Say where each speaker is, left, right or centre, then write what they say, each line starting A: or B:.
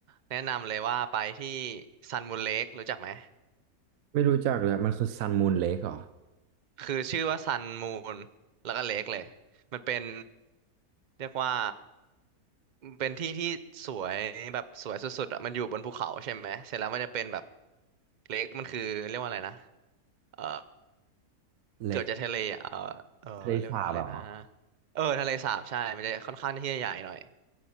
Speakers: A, on the right (about 45°); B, on the right (about 70°).
A: แนะนำเลยว่าไปที่ซันมูนเลครู้จักไหม
B: ไม่รู้จักเลยมันคือซันมูนเลคเหรอ
A: คือชื่อว่าซันมูนแล้วก็เลคเลยมันเป็นเรียกว่าเป็นที่ที่สวยแบบสวยสุดๆอ่ะมันอยู่บนภูเขาใช่ไหมเสร็จแล้วมันจะเป็นแบบเลคมันคือเรียกว่าอะไรนะเออ
B: เลค
A: เกือบจะทะเลอ่ะเออเออเรียกว่าอะไรนะ
B: ทะเลสาบเหรอ
A: เออทะเลสาบใช่มันจะค่อนข้างที่จะใหญ่หน่อย